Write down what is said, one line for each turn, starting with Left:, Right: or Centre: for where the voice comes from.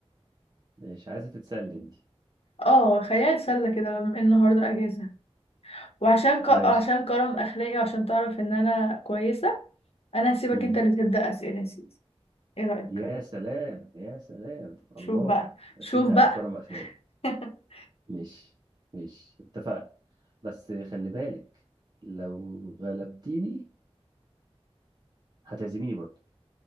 Right: ماشي عايزة تتسلي انت
Left: اه خلينا نتسلى كده بما إن النهاردة اجازة وعشان ك... عشان
Right: ماشي
Left: كرم اخلاقي وعشان تعرف ان انا كويسة انا هسيبك
Right: مم.
Left: انت اللي تبدأ اسئلة يا سيدي ايه رأيك
Right: يا سلام يا سلام
Left: شوف
Right: الله
Left: بقى
Right: يا
Left: شوف
Right: سيدي
Left: بقى
Right: على كرم اخلاق
Left: <laughs>
Right: مش مش اتفقنا بس خلي بالك لو غلبتيني هتعزميني برضه